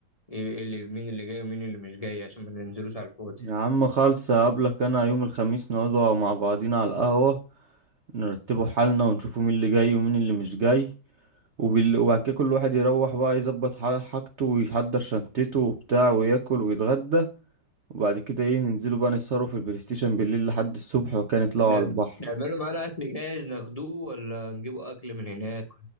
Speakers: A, on the left; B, on the right.
A: ايه إيه اللي مين اللي جاي ومين اللي مش جاي عشان ما ننزلوش على الفاضي
B: يا عم خالص هقابلك انا يوم الخميس نقعدوا مع بعضينا على القهوه نرتبه حالنا ونشوفه مين اللي جاي ومين اللي مش جاي وبال... وبعد كده كل واحد يروح بقى يظبط ح- حاجته ويحضر شنطته وبتاع وياكل ويتغدى وبعد كده ايه ننزلوا بقى نسهروا في البلاي ستيشن بالليل لحد الصبح وكان يطلعوا
A: نعم-
B: على البحر
A: نعمله معانا أكل جاهز ناخدوه ولا نجيبه أكل من هناك